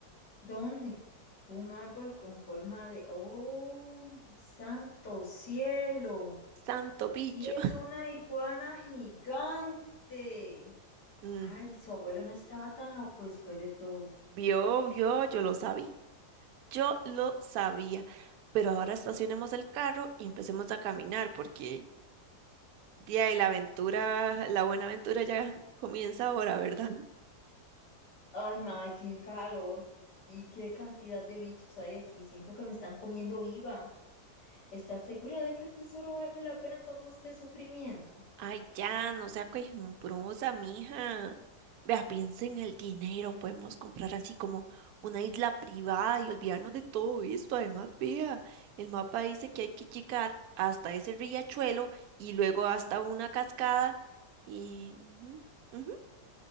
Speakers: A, on the left (about 85°); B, on the right (about 70°).
A: ¿Dónde? Un árbol con forma de... ¡Oh, santo cielo!
B: Santo picho.
A: Sí, es una iguana gigante.
B: <laughs>
A: Ay, su abuelo no estaba tan loco después de todo.
B: Vio, vio, yo lo sabía, yo lo sabía. Pero ahora estacionemos el carro y empecemos a caminar, porque de ahí la aventura, la buena aventura ya comienza ahora, ¿verdad?
A: Ay, madre, qué calor. Y qué cantidad de bichos hay aquí. Siento que me están comiendo viva. ¿Estás segura de que el tesoro vale la pena todo este sufrimiento?
B: Ay, ya, no sea quejumbrosa, mija. Vea, piensa en el dinero, podemos comprar así como una isla privada y olvidarnos de todo esto. Además, vea, el mapa dice que hay que llegar hasta ese riachuelo y luego hasta una cascada y... ujú, ujú.